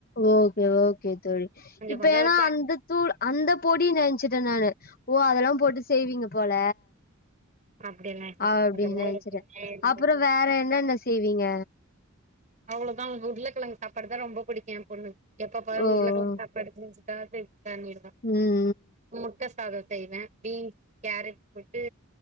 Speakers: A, on the left; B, on the right.
A: ஓகே ஓகே தோழி இப்ப
B: கொஞ்சோ
A: ஏனா
B: ஒரு பே
A: அந்து தூள் அந்த பொடி நெனச்சுட்ட நானு ஓ அதெல்லா போட்டு செய்வீங்க போல
B: அப்டியெல்லா இல்ல
A: அப்டின்னு
B: அதெல்லா
A: நனச்சுட்ட
B: எதுவுமே எதுவுமே
A: அப்றோ
B: செய்ய
A: வேற
B: மாட்டே
A: என்னென்ன செய்வீங்க
B: அவ்ளோதா உருள கிழங்கு சாப்பாடு தா ரொம்ப புடிக்கு எ பொண்ணு எப்ப பாரு
A: ஓ
B: உருளக்கிழங்கு
A: ஓ
B: சாப் கெடச்ச நிமிஷ டார்கெட் பண்ணிருவா
A: ம்
B: முட்ட சாத செய்வ பீன்ஸ் கேரட் போட்டு